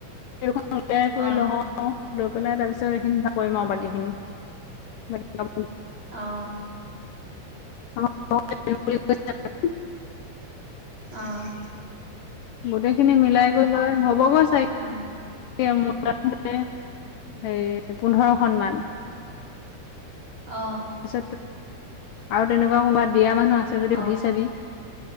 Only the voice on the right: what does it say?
অ
অহ।
অহ।
অ
অ
অ